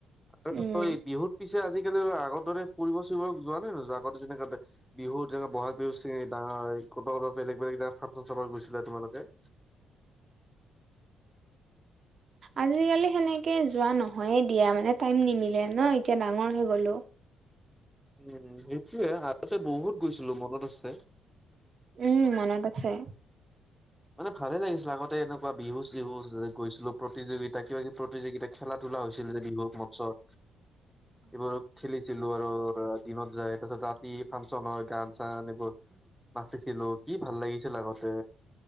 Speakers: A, in the centre; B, on the right (about 50°).
A: আৰু
B: উম
A: বিহুত পিছে আজিকালি আগৰ দৰে ফুৰিব চুৰিব যোৱা নাই ন আগতে যেনেককা। বিহুত যেনেকে বহাগ বিহু চ ক'ৰব ক'ব বেলেগ। বলেগ জো ফাংচন চত গৈছিলে তোমালোকে।
B: আজিকালি সেনেকে যোৱা নহয়ে দিয়া মানে টাইম নিমিলে ন এতিয়া ডাঙৰ হৈ গলো।
A: উম সেইটোয়ে আগতে বহুত গৈছিলো মনত আছে।
B: উম মনত আছে।
A: মানে ভালে লাগিছিলে আগতে এনেকুৱা বিহু চিহু যে গৈছিলো প্ৰতিযোগিতা কিবা কিবি প্ৰতিযোগিতা। খেলা ধূলা হৈছিল যে বিহুৰ মঞ্চত এইবোৰ খেলিছিলো আৰু দিনত যায় তাৰ পাছত ৰাতি ফাংচন হয় গান চান আনিবোৰ। নাচিছিলো কি ভাল লাগিছিল আগতে।